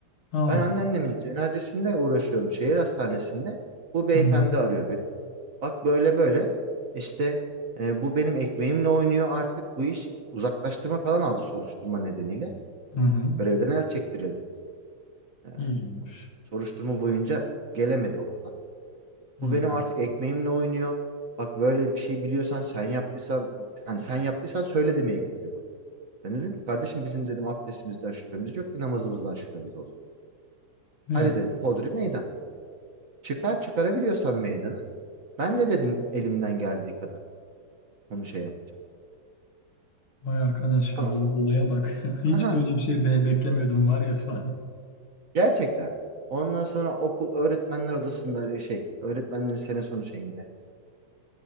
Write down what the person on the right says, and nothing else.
Ben anneannemin cenazesinde uğraşıyorum şehir hastanesinde. Bu beyefendi
arıyor beni. Bak böyle böyle işte e, bu benim ekmeğimle oynuyor artık bu iş. Uzaklaştırma falan aldı soruşturma nedeniyle.
Görevden el çektirildi. E,
soruşturma boyunca gelemedi okula.
Bu benim artık ekmeğimle oynuyor. Bak böyle bir şey biliyorsan sen yaptıysan hani sen yaptıysan söyle demeye gidiyor bana. Ben dedim ki, kardeşim bizim dedim abdestimizden şüphemiz yok ki namazımızdan şüphemiz olsun.
Hadi dedim hodri meydan. Çıkar çıkarabiliyorsan meydana. Ben de dedim elimden geldiği kadar onu şey yapacağım.
Anasını.
Aha
gerçekten. Ondan sonra oku öğretmenler odasında e, şey öğretmenlerin sene sonu şeyinde